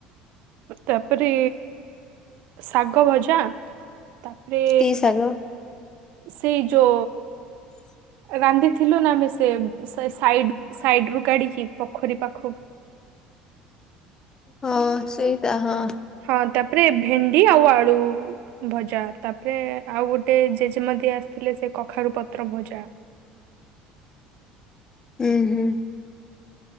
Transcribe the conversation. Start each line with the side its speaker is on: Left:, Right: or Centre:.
Right: ତାପରେ ଶାଗଭଜା ତାପରେ
Left: କି ଶାଗ?
Right: ସେଇ ଯୋ ରାନ୍ଧିଥିଲୁ ନା ଆମେ ସେ ସେ ସାଇଡ୍ ସାଇଡ୍ ରୁ କାଢିକି ପୋଖରୀ ପାଖୁ
Left: ହଁ ସେଇଟା ହଁ।
Right: ହଁ ତାପରେ ଭେଣ୍ଡି ଆଉ ଆଳୁ। ଭଜା ତାପରେ ଆଉ ଗୋଟେ ଜେଜେମା ଦି ଆସିଥିଲେ ସେ କଖାରୁପତ୍ର ଭଜା।
Left: ହୁଁ -ହୁଁ।